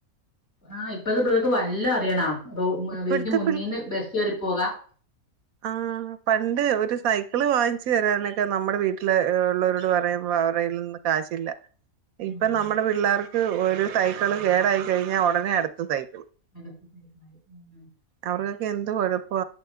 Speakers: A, on the left; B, on the right.
A: ആ ഇപ്പഴത്തെ പിള്ളേർക്ക് വല്ല അറിയണാ റോ
B: ഇപ്പഴത്തെ
A: വീടിന് മുന്നിന്ന് ബസ് കയറി പോകാം
B: ആഹ പണ്ട് ഒരു സൈക്കിള് വാങ്ങിച്ചു തരാനൊക്കെ നമ്മുടെ വീട്ടില് ഉള്ളവരോട് പറയുമ്പോ അവരെലൊന്നും കാശില്ല
A: ഉം.
B: ഇപ്പൊ നമ്മുടെ പിള്ളേർ ത്ത് ഒരു സൈക്കിള് കേടായി കഴിഞ്ഞാൽ ഉടനെ അടുത്ത സൈക്കിൾ
A: <inaudible>
B: അവർക്കൊക്കെ എന്ത് കുഴപ്പവ